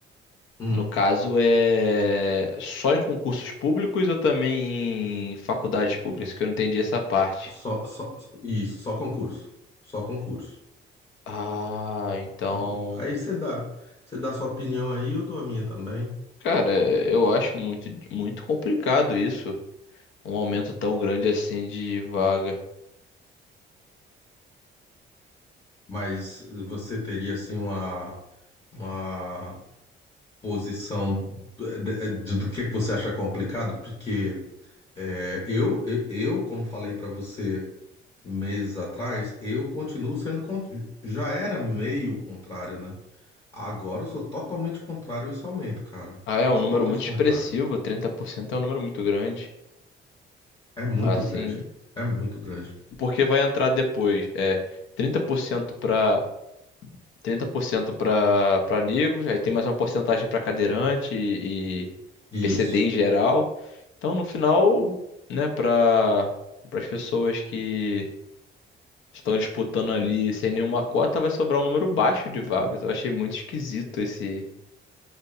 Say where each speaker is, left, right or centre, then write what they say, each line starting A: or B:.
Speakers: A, on the left (about 25°); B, on the left (about 75°).
A: Hum,
B: no caso é só em concursos públicos ou também em faculdades públicas? Que eu não entendi essa parte.
A: só, só, isso, só concurso. Só concurso,
B: Ah, então.
A: sabe? Aí você dá, você dá sua opinião aí, eu dou a minha também.
B: Cara, eu acho muito, muito complicado isso, um aumento tão grande assim de vaga.
A: Mas você teria, assim, uma, uma posição de- de- de- do que é que você acha complicado, porque é, eu, eu, eu, como falei para você meses atrás, eu continuo sendo, con- já era meio contrário, né? Agora eu sou totalmente contrário a esse aumento, cara.
B: Ah, é
A: Totalmente
B: um número muito
A: contrário.
B: expressivo, 30% é um número muito grande.
A: É muito
B: Assim,
A: grande. É muito grande.
B: porque vai entrar depois, é 30% para 30% para para negros, aí tem mais uma porcentagem para cadeirante e, e
A: Isso.
B: PCD em geral. Então, no final, né, para para as pessoas que Estão disputando ali sem nenhuma cota, vai sobrar um número baixo de vagas. Eu achei muito esquisito esse,